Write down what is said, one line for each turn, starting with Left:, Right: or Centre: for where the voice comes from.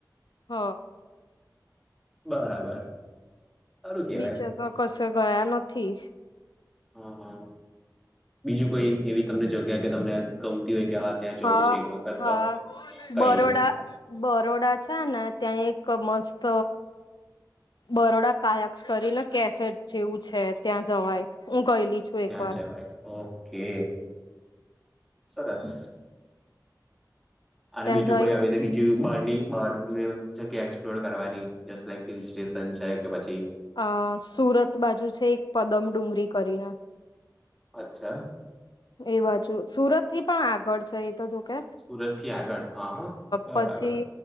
Left: હ
Centre: બરાબર. સારું કેવાય
Left: બીજે તો કશે ગયા નથી.
Centre: હ હ. બીજું કોઈ એવી તમને જગ્યા કે તમને ગમતી હોય કે હા ત્યાં જવું
Left: હા
Centre: છે એક વખત
Left: હા
Centre: તો કઈ
Left: બરોડા બરોડા છે ને. ત્યાં એક મસ્ત બરોડા કાયાક્ષ કરીને કેફે જેવું છે ત્યાં જવાય હું ગયેલી છું
Centre: ત્યાં
Left: એક વાર
Centre: જવાય. ઓકે. સરસ! અને
Left: ત્યાં
Centre: બીજું
Left: જઈને
Centre: કોઈ આવીતે બી જુ બારની બહારની જગ્યા એક્સપ્લોર કરવાની જસ્ટ લાઇક હિલ સ્ટેશન છે કે પછી
Left: અ સુરત બાજુ છે એક પદમ ડુંગરી કરીને
Centre: અચ્છા
Left: એ બાજુ, સુરતથી પણ આગળ છે એ તો જો કે.
Centre: સુરતથી આગળ. હ હ બરાબર.
Left: પછી